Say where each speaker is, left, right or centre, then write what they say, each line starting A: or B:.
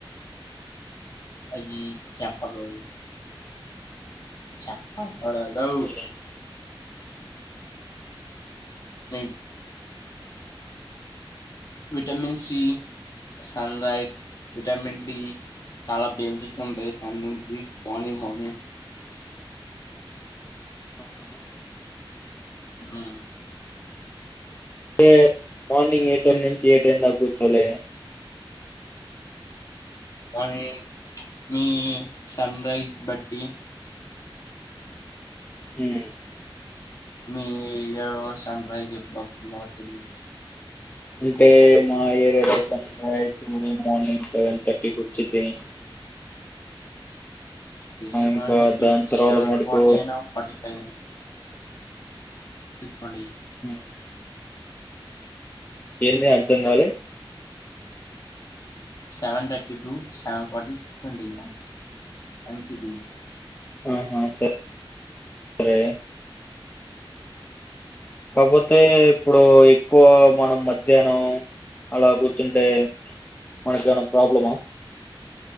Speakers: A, on the left; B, on the left.
A: అది చెప్పరు చెప్పవ్ ఆడ నవ్
B: కూడదండి.
A: మేమ్ vitamin C sunlight vitamin D చాలా బెనిఫిట్స్ ఉంటాయి సన్ నుంచి మార్నింగ్ మార్నింగ్
B: ఆహా
A: ఆ
B: ఎ మార్నింగ్ ఏ టైమ్ నుంచి ఏ టైక్ దాక కూర్చోలే
A: వని మ్ సన్రైజ్ బట్టి
B: ఉమ్
A: మీ ఏరియాలో సన్ రైజ్ ఎప్పుడొతుందో తెలీ
B: అంటే మా ఏరియా లో సన్ రైజు ఉదయం మార్నింగ్ సెవెన్ థర్టీకి వచ్చిది
A: వచ్చి సెవెన్
B: ఇంకా
A: థర్టీ
B: దాని తర్వాత
A: సెవెన్
B: మటుకు
A: ఫార్టీ అయినా ఫార్టీ ఫైవ్ అయిన చెప్పండి
B: ఉమ్ ఏంది అర్థం కాలే
A: seven thirty to seven forty కూర్చొండిగా మంచిది
B: ఆహా స సరే కాపోతే ఇప్పుడు ఎక్కువ మనం మధ్యాహ్నం అలా కూర్చుంటే మనక ఏమైన ప్రాబ్లమా